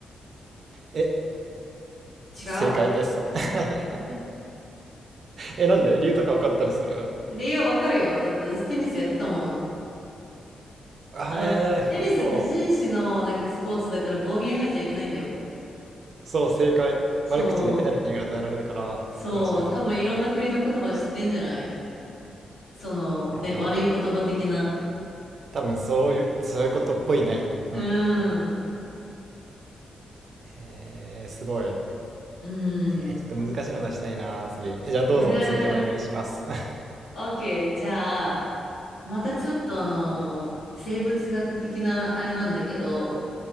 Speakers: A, on the right; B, on the left.
A: う。え、
B: 違う
A: 正解です。<laughs> え、なんで理由とか分かったりする
B: 理由わかるよ。だって私テニスやってたもん。
A: あーえー、
B: あの、テニスって紳士のなんかスポーツだから暴言吐いちゃいけないんだよ。
A: 本当。そう、正解。
B: そ
A: 悪口でペナルティーが与えられるから、
B: う、そう、
A: 詳しいらしい。
B: 多分いろんな国の言葉知ってんじゃない
A: い
B: その、
A: や、
B: ね、悪い言葉的な。
A: 多分そういう、そういうことっぽいね。うん。
B: うーん、
A: えー、すごい。え
B: うーん。
A: ー、ちょっと難しいの出したいな、次。え、じゃあどうぞ、
B: <laughs>
A: 次お願いします。<laughs>
B: OK、じゃあ、またちょっとあの、生物学的なあれなんだけど、